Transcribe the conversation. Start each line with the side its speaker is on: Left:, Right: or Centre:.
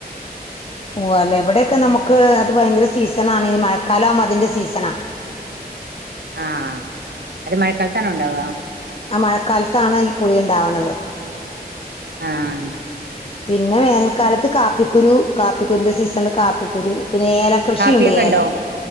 Left: ഓ അല്ല ഇവിടെയൊക്കെ നമുക്ക് അത് ഭയങ്കര സീസൺ ആണ് നി മഴക്കാലാവുമ്പോ അതിന്റെ സീസണാ
Right: ആഹ അത് മഴക്കാലത്താണോ ഉണ്ടാവുക?
Left: ആ മഴക്കാലത്താണ് ഈ പുളിയുണ്ടാവണത്
Right: ആഹ
Left: പിന്നെ വേനൽക്കാലത്ത് കാപ്പിക്കുരു കാപ്പിക്കുരുന്റെ സീസണില് കാപ്പിക്കുരു പിന്നെ ഏല കൃഷിയുണ്ട്
Right: കാപ്പിയൊക്കെ ഉണ്ടോ
Left: ഏലം